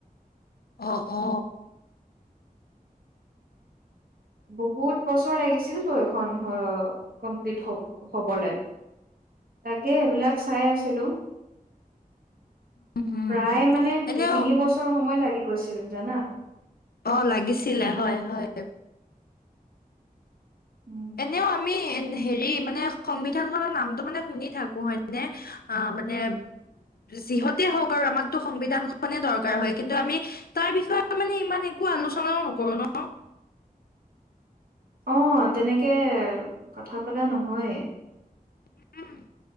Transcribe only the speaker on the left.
অ অ
উম
এনেও
অ লাগিছিলে হয় হয়
এনেও আমি হেৰি মানে সংবিধান খনৰ নামটো মানে শুনি থাকো হয় নে অ তোমালোকে যিহত টে হওঁক আৰু আমাকতো সংবিধান খনে দৰকাৰ হয় কিন্তু আমি তাৰ বিষয়ে মানে ইমান একো আলোচনাও অ ন
ন